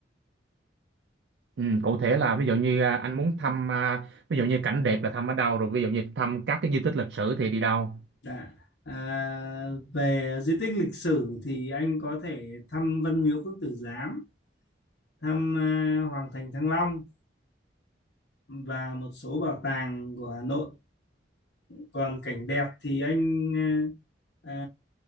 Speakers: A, on the right (about 80°); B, on the left (about 70°).
A: Ừ, cụ thể là ví dụ như à, anh muốn thăm à, ví dụ như cảnh đẹp là thăm ở đâu rồi ví dụ như thăm các cái di tích lịch sử thì đi đâu?
B: Dạ. À, về di tích lịch sử thì anh có thể thăm Văn Miếu Quốc Tử Giám, thăm à, Hoàng thành Thăng Long và một số bảo tàng của Hà Nội còn cảnh đẹp thì anh ờ, à,